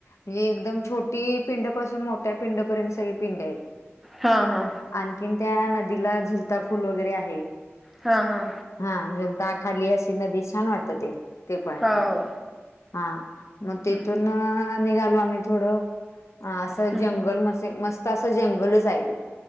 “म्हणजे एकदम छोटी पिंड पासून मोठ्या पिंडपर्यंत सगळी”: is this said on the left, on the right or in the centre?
Left